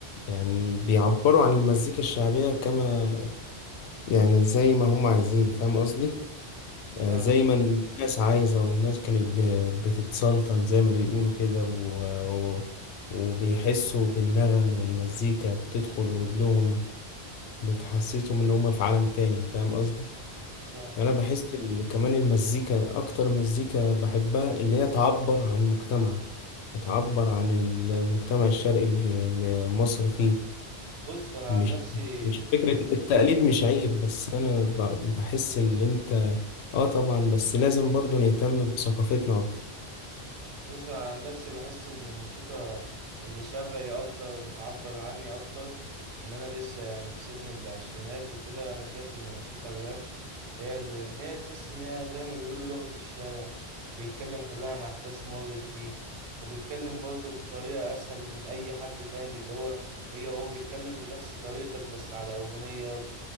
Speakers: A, on the left; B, on the right.
A: يعني بيعبروا عن المزيكا الشعبية كما يعني زي ما هم عايزين فاهم قصدي آه،
B: فاهم
A: زي ما الناس عايزة والناس كانت ب- بتتسلطن زي ما بيقولوا كده و... و... وبيحسوا بالنغم والمزيكا بتدخل ودنهم بتحسسهم ان هم في عالم تاني فاهم قصدي
B: فاهم
A: يعني انا بحس ال... كمان المزيكا اكتر مزيكا بحبها اللي هي تعبر عن مجتمعك وتعبر عن المجتمع الشرقي اللي اللي مصر فيه
B: بص انا
A: مش
B: عن نفسي
A: مش فكرة التقليد مش عيب بس أنا ب- بحس إن أنت آه طبعا بس لازم برضو نهتم بثقافتنا أكتر
B: بص عن نفسي بحس إن الموسيقى اللي شبهي أكتر وبتعبر عني أكتر إن أنا لسه يعني في سن العشرينات وكده أنا شايف إن موسيقى الراب هي اللي إن هي تحس إن هي زي ما بيقولوا لغة الشارع بيتكلم كلها عن أحداث مرت بيك وبيتكلم برضه بطريقة أسهل من أي حد تاني اللي هو هي هو بيتكلم بنفس طريقتك بس على أغنية